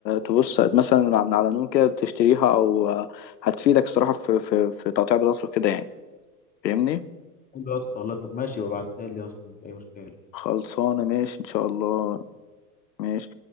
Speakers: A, on the left; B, on the left.
A: تبص مثلا من على نون كده تشتريها او آه، هتفيدك الصراحة في في في تقطيع بطاطس وكده يعني فاهمني
B: <laughs> قال له يا اسطى والله طب ماشي ببعتها لي يا اسطى مش اي مشكله
A: خلصانة ماشي إن شاء الله
B: بس
A: ماشي